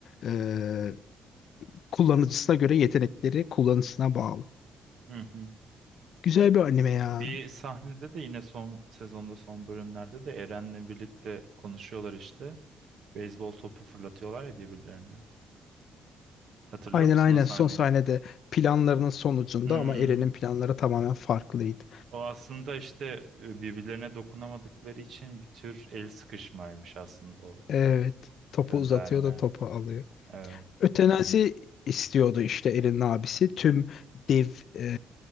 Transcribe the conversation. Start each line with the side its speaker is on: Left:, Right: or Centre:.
Left: e, kullanıcısına göre yetenekleri kullanıcısına bağlı.
Right: Hı hı.
Left: Güzel bir anime ya.
Right: Bir sahnede de yine son sezonda son bölümlerde de Eren'le birlikte konuşuyorlar işte. Beyzbol topu fırlatıyorlar ya birbirlerine. Hatırlıyor
Left: Aynen
Right: musun
Left: aynen
Right: o sahneyi?
Left: son sahnede planlarının sonucunda
Right: Hmm.
Left: ama Eren'in planları tamamen farklıydı.
Right: O aslında işte e, birbirlerine dokunamadıkları için bir tür el sıkışmaymış aslında o
Left: Evet topu
Right: gönderme.
Left: uzatıyor da topu alıyor.
Right: Evet.
Left: Ötenazi istiyordu işte Erin'in abisi. Tüm dev e,